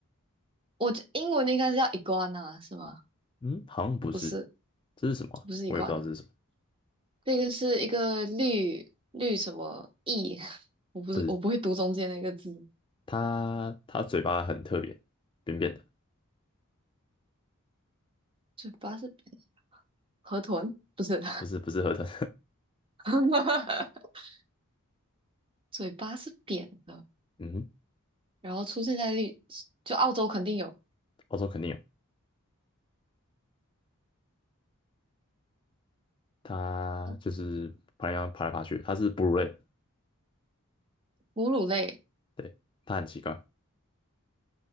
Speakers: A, on the right; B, on the left.
A: 我觉英文应该是叫 iguana 是吗？
B: 嗯，好像不是，
A: 不是，
B: 这是什么啊？
A: 不是一罐的，
B: 我也不知道这是什么，
A: 这个是一个绿绿什么意，<laughs> 我不是我不会读中间那个字，
B: 不是它它嘴巴很特别，扁扁的，
A: 嘴巴是扁的河豚，不是，
B: 不是不是河豚，
A: <laughs> 嘴巴是扁的，
B: <laughs> 嗯哼，
A: 然后出现在绿，就澳洲肯定有
B: 欧洲肯定有，它就是爬来爬爬来爬去，
A: 哦
B: 它是哺乳类，
A: 哺乳类，
B: 对，它很奇怪，